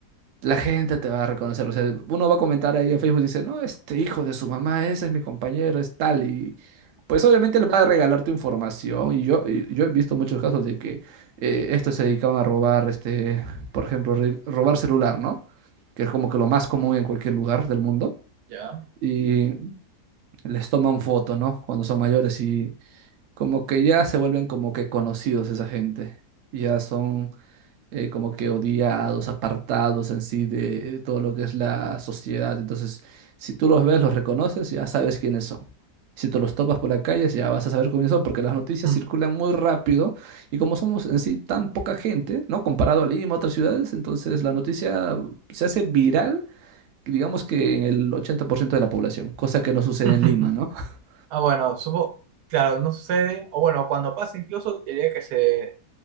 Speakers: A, on the right (about 70°); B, on the right (about 85°).
A: la gente te va a reconocer. O sea, uno va a comentar ahí en Facebook, dice, no, este hijo de su mamá, ese es mi compañero, es tal. Y pues obviamente le va a regalar tu información. Y yo, y yo he visto muchos casos de que eh, estos se dedicaban a robar, este, por ejemplo, re- robar celular, ¿no? Que es como que lo más común en cualquier lugar del mundo.
B: Ya.
A: Y les toman foto, ¿no? Cuando son mayores y como que ya se vuelven como que conocidos esa gente. Ya son eh, como que odiados, apartados en sí de eh, todo lo que es la sociedad. Entonces, si tú los ves, los reconoces, ya sabes quiénes son. Si tú los topas por la calle, ya vas a saber quiénes son, porque las noticias
B: Mm.
A: circulan muy rápido y como somos en sí tan poca gente, ¿no? Comparado a Lima, a otras ciudades, entonces la noticia se hace viral, digamos que en el 80% de la población, cosa que no sucede
B: <laughs>
A: en Lima, ¿no? <laughs>
B: Ah, bueno, supo, claro, no sucede, o bueno, cuando pasa incluso diría que se,